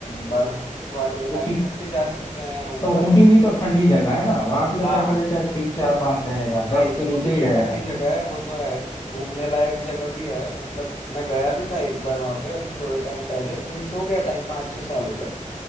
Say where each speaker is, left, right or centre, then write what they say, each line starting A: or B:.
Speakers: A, on the left; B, on the left.
A: बर्फ वाले इलाके
B: ऊटी
A: में भी जा सकते हैं ऊपर
B: तो ऊटी
A: नॉर्थ
B: भी तो ठंडी जगह है ना वहां भी तो
A: हाँ
B: टेम्परेचर तीन चार पाँच रहेगा
A: भाई
B: दस के
A: ऊटी
B: नीचे ही
A: भी
B: रहेगा
A: ठंडी जगह है वो तो है घूमने लायक जगह भी है मतलब मैं गया भी था एक बार वहां पे अभी थोड़े टाइम पहले मीन्स हो गया टाइम पाँच छह साल हो गए